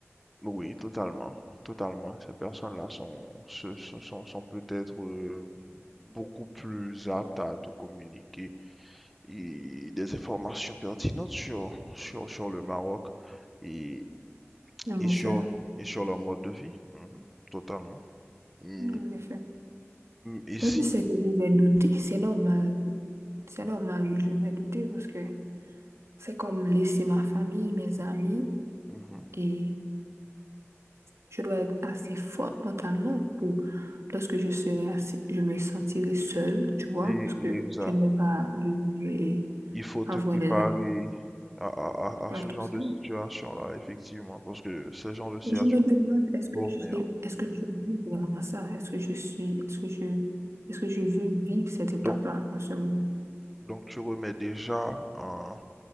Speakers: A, in the centre; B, on the right (about 65°).
A: Oui, totalement. Totalement. Ces personnes-là sont, se- se- sont, sont peut-être euh, beaucoup plus aptes à te communiquer et des informations pertinentes sur, sur, sur le Maroc et,
B: En
A: et
B: effet,
A: sur, et sur leur mode de vie. Mhm, totalement. Et,
B: en effet.
A: et si,
B: Mais je sais que je vais douter, c'est normal, c'est normal, je vais douter parce que c'est comme laisser ma famille, mes amis.
A: mhm,
B: et Je dois être assez forte mentalement pour, lorsque je serai assez, je me sentirai seule, tu vois,
A: et,
B: parce que
A: et ça,
B: je ne dois pas venir et
A: il faut te
B: avoir
A: préparer
B: des amis
A: à, à, à- à
B: à
A: ce
B: tout
A: genre
B: seul.
A: de situation-là, effectivement, parce que ce genre de situation
B: Et je me demande, est-ce que
A: vont venir.
B: j'ai, est-ce que je vis vraiment ça? Est-ce que je suis, est-ce que je, est-ce que je veux vivre cette étape-là
A: Donc,
B: en ce moment?
A: donc tu remets déjà un,